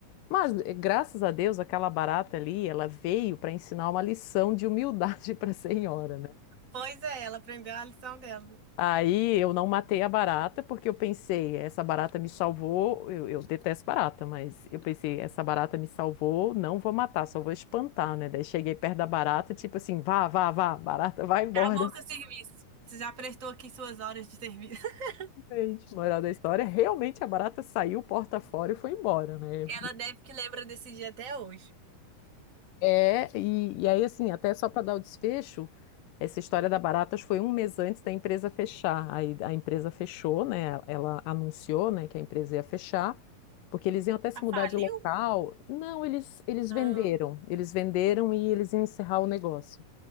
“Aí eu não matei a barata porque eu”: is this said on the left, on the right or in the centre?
Left